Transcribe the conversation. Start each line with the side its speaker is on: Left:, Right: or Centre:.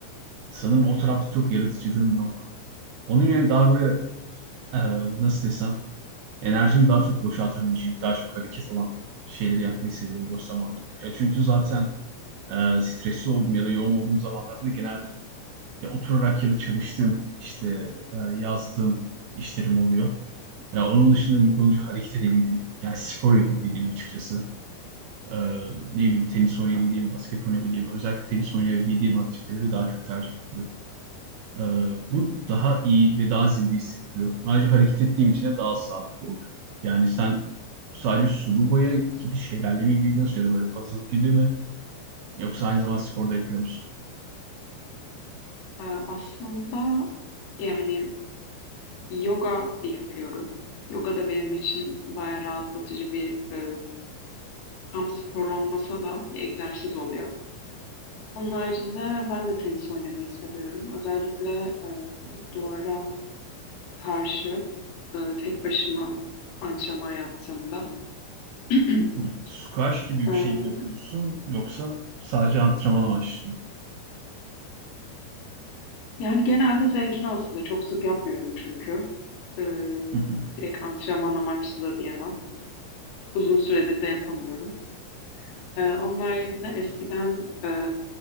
Right: sanırım o tarafta çok yaratıcılığım yok. Onun yerine daha böyle e, nasıl desem enerjimi daha çok boşaltabileceğim, daha çok hareket olan şeyleri yapmayı seviyorum boş zamanlarımda. Ya çünkü zaten e, stresli olduğum ya da yoğun olduğum zamanlarda genelde ya oturarak ya da çalıştığım işte e, yazdığım işlerim oluyor. Ya onun dışında mümkün olunca hareket edebildiğim, yani spor yapabildiğim açıkçası. e, ne bileyim tenis oynayabildiğim, basket oynayabildiğim, özellikle tenis oynayabildiğim aktiviteleri daha çok tercih ediyorum. E, bu daha iyi ve daha zinde hissettiriyor. Ayrıca hareket ettiğim için de daha sağlıklı oluyorum. Yani sen sadece sulu boya gibi şeylerle mi ilgileniyorsun ya da böyle puzzle gibi mi? Yoksa aynı zamanda sporda yapıyor musun?
Left: E, aslında yani yoga yapıyorum. Yoga da benim için bayağı rahatlatıcı bir e, tam spor olmasa da bir egzersiz oluyor. Onun haricinde ben de tenis oynamayı seviyorum. Özellikle e, duvara karşı e, tek başıma antrenman yaptığımda <clears throat>
Right: Hı. Squash gibi bir
Left: e,
Right: şey mi yapıyorsun yoksa sadece antrenman amaçlı mı?
Left: yani genelde zevkini aslında çok sık yapmıyorum çünkü. E,
Right: Hı hı.
Left: direkt antrenman amaçlı da diyemem. Uzun süredir de yapamıyorum. E, onun haricinde eskiden e,